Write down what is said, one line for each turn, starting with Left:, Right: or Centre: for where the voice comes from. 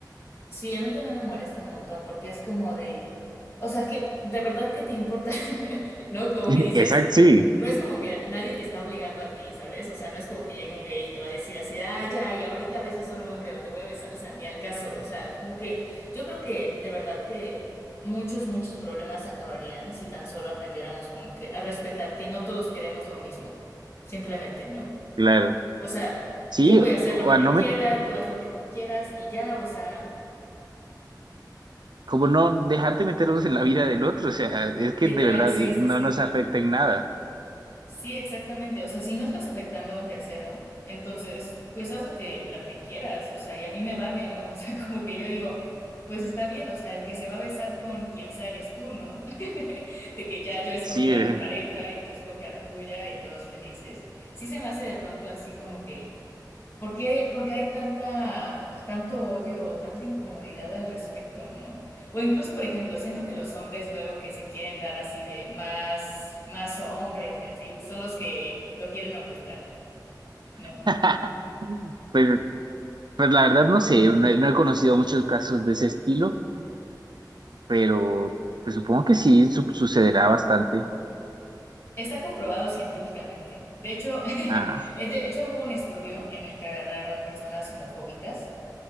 Left: Sí, a mí también me molesta un montón porque es como de, o sea, que de verdad que te importa, <laughs> ¿no? Como
Right: <laughs>
Left: que dices,
Right: Exacto, sí.
Left: no es como que nadie te está obligando a ti, ¿sabes? O sea, no es como que llegue un gay y te va a decir así, de, ah, ya, y ahorita besas a un hombre o te voy a besar, o sea, ni al caso, o sea, como que yo creo que de verdad que muchos, muchos problemas acabarían si tan solo aprendiéramos como que a respetar que no todos queremos lo mismo, simplemente, ¿no?
Right: Claro.
Left: O sea,
Right: Sí,
Left: yo voy a hacer
Right: o
Left: lo que
Right: a
Left: yo
Right: no
Left: quiera,
Right: me,
Left: tú haz lo que tú quieras y ya, o sea...
Right: como no dejar de meternos en la vida del otro, o sea, es que
Left: Literal,
Right: de verdad
Left: sí,
Right: eh,
Left: sí,
Right: no
Left: sí.
Right: nos afecta en nada.
Left: Sí, exactamente. O sea, si no estás afectando a un tercero, entonces, pues haz lo que, la que quieras. O sea, y a mí me vale, ¿no? <laughs> O sea, como que yo digo, pues está bien, o sea, el que se va a besar con quien sea eres tú, ¿no? <laughs> De que ya yo escogeré
Right: Sí, eh,
Left: a mi pareja y tú escoge a la tuya y todos felices. Sí se me hace de pronto así como que. ¿Por qué, por qué hay tanta, tanto odio o tanta incomodidad al respecto, ¿no? O incluso, por ejemplo, siento que los hombres luego que se quieren dar así de más, más hombres y así, son los que lo quieren ocultar, ¿no?
Right: <laughs> pues, pues la verdad no sé, no, he no he conocido muchos casos de ese estilo. pero pues supongo que sí su- sucederá bastante.
Left: Está comprobado científicamente. De hecho,
Right: Ah,
Left: <laughs> de hecho hubo un estudio en el que agarraron personas homofóbicas